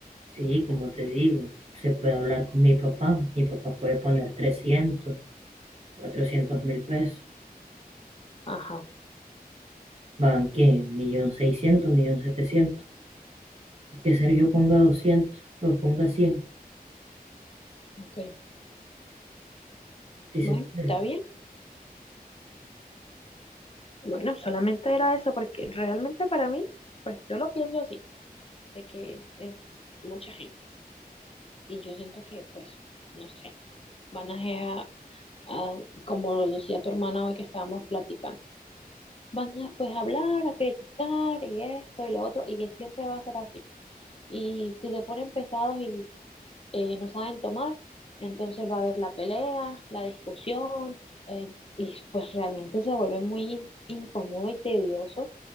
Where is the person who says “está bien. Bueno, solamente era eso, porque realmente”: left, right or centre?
Left